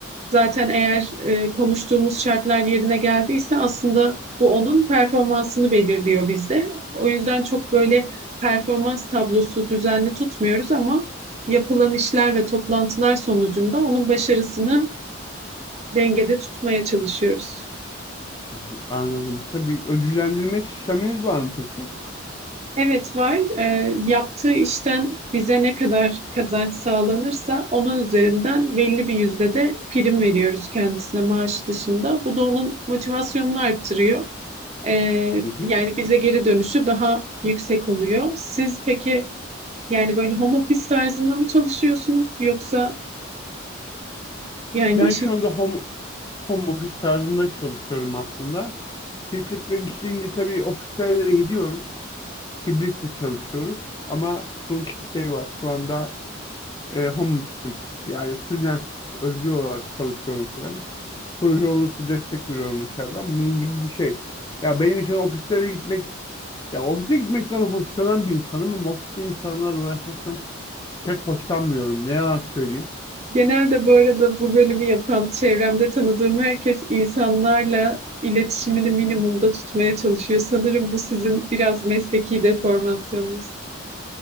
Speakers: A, on the right (about 35°); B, on the left (about 20°).
A: Zaten eğer e, konuştuğumuz şartlar yerine geldiyse aslında bu onun performansını belirliyor bizde. O yüzden çok böyle performans tablosu düzenli tutmuyoruz ama yapılan işler ve toplantılar sonucunda onun başarısını dengede tutmaya çalışıyoruz.
B: Hı hı, Anladım. Tabii ödüllendirme sisteminiz var mı peki?
A: Evet var. E, yaptığı işten bize ne kadar kazanç sağlanırsa onun üzerinden belli bir yüzde de prim veriyoruz kendisine maaş dışında. Bu da onun motivasyonunu arttırıyor. Ee,
B: Hı hı.
A: yani bize geri dönüşü daha yüksek oluyor. Siz peki yani böyle home office tarzında mı çalışıyorsunuz yoksa yani
B: Ben
A: işi
B: şu anda home, home office tarzında çalışıyorum aslında. Şirketler isteyince tabii ofislerle gidiyorum. Hibrit de çalışıyoruz. Ama sonuç bir şey var. Şu anda e, home office'im. Yani freelance özgür olarak çalışıyorum falan. Proje olursa destek veriyorum dışarıdan. Bunun gibi bir şey. Ya benim için ofislere gitmek, ya ofise gitmekten hoşlanan bir insanım ama ofiste insanlarla uğraşmaktan pek hoşlanmıyorum. Ne yalan söyleyeyim.
A: genelde bu arada bu bölümü yapan çevremde tanıdığım herkes insanlarla iletişimini minimumda tutmaya çalışıyor. Sanırım bu sizin biraz mesleki deformasyonunuz.